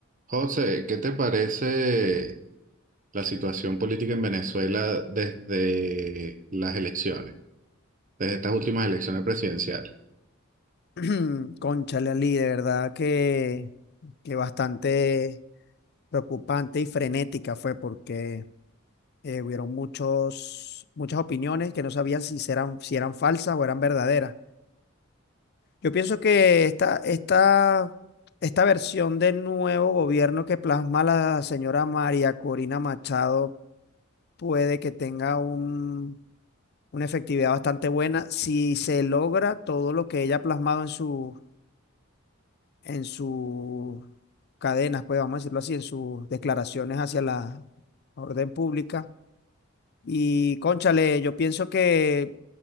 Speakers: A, on the right; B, on the left.
A: José, ¿qué te parece la situación política en Venezuela desde las elecciones, desde estas últimas elecciones presidenciales?
B: <clears throat> Cónchale, Ali, de verdad que, que bastante preocupante y frenética fue porque eh, hubieron muchos, muchas opiniones que no sabían si eran, si eran falsas o eran verdaderas. Yo pienso que esta, esta, esta versión del nuevo gobierno que plasma la señora María Corina Machado puede que tenga un, una efectividad bastante buena si se logra todo lo que ella ha plasmado en su en sus cadenas, pues vamos a decirlo así, en sus declaraciones hacia la orden pública. Y cónchale, yo pienso que